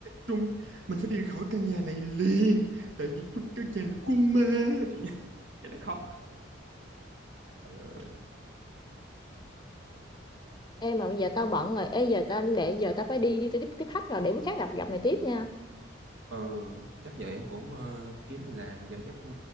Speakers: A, on the right; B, on the left.
A: chúng mình phải đi khỏi căn nhà này liền tại vì chúng căn nhà này của ma cái cái nó khóc trời ơi
B: Ê mà bây giờ tao bận rồi ê giờ tao để giờ tao phải đi đi tao tiếp tiếp khách rồi để bữa khác gặp gặp mày tiếp nha
A: ừ chắc giờ em cũng ờ, kiếm gì làm giờ chắc